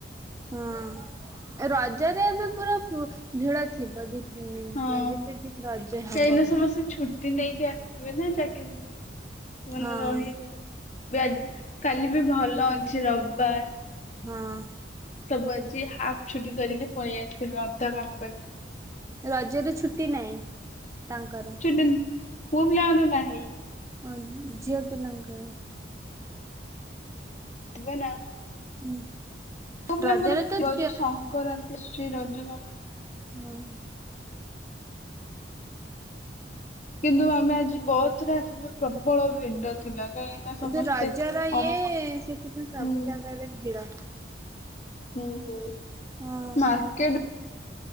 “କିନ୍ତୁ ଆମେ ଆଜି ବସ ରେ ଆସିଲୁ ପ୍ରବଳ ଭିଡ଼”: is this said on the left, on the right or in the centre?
Left